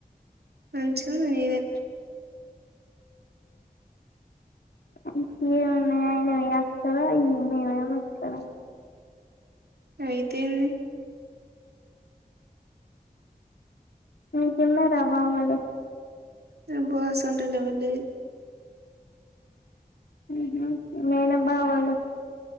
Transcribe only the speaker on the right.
మంచిగా ఉంది నీదే
అయితేన్ది
అబ్బా సొంత ల్ ఎవరు లేర్ <inaudible>